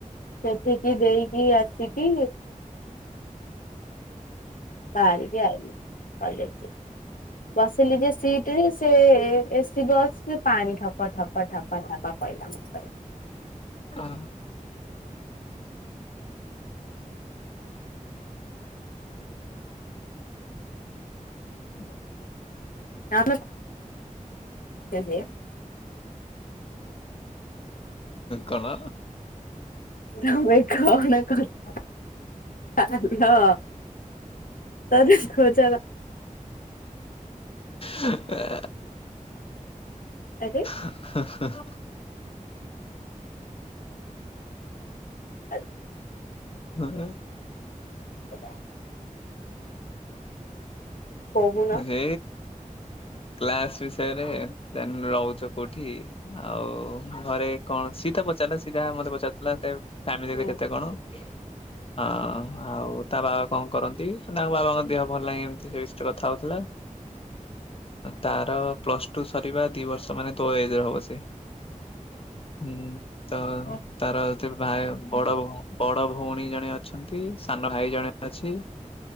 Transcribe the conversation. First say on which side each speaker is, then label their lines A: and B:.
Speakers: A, on the left; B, on the left.
A: ସେଠିକି ଦେଇକି ଆସିକି ବାାର ବି ଆଇ କଲେଜ ବସିଲି ଯେ ସିଟ ରେ ସେ ଏସି ବସ ପାଣି ଠପଠପଠପଠପା ପ ନମସ୍କାର
B: ଆ ହୁଁ
A: ଆ ସେଜ
B: କଣ
A: ତମେ କନା କଛ ଚା ତା ଖଚ
B: ସପ
A: ଆରେ
B: ହଁ ହ
A: ଆଜ୍
B: ହଁ।
A: ହ। କହୁନ
B: ହେ କ୍ଲାସ ବିଷୟରେ ରହୁଛ କୋଉଠି? ଆଉ ଘରେ କଣ ସି ତା ପଚାରିଲା ସି ଯା ମତେ ପଚାରଥିଲା ସେ ଫାମିଲି
A: ହୁଁ।
B: କେତେ କଣ? ହ ହଁ ଆଉ ତା ବାବା କଣ କରନ୍ତି ତାଙ୍କ ବାବାଙ୍କ ଦେହ ଭଲ ଲାଗେ ଏମିତି ସେ ଥାଉଥିଲେ। ତାର ପ୍ଲସ ଟୁ ସରିବା ଦି ବର୍ଷ ମାନେ ତୋଳ ଏଜରେ ହବ ସେ ହୁଁ ତ
A: ଉଁ
B: ତାରଉ ଭାଇଉ ବଡଉ ବଡ ଭଉଣୀ ଜଣେ ଅଛନ୍ତି ସାନ ଭାଇ ଜଣେ ଅଛି।